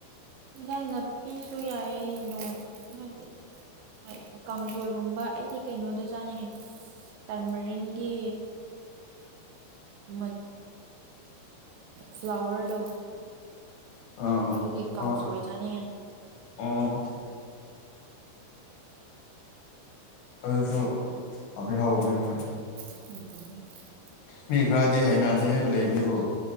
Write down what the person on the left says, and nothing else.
ꯑꯥ
ꯑꯣ
ꯑꯣ ꯑꯗꯨꯁꯨ ꯍꯥꯎꯗꯤ ꯍꯥꯎꯕꯅꯦ ꯗꯨꯝ
ꯃꯤ ꯈ꯭ꯔꯥꯗꯤ ꯍꯥꯏꯅꯗꯦ ꯍꯥꯏꯕ ꯂꯩꯕꯅꯦꯀꯣ